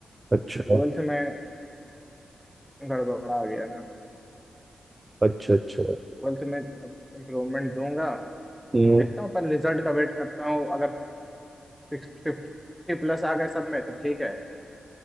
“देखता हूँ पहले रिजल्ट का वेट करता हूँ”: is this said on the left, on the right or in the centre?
Centre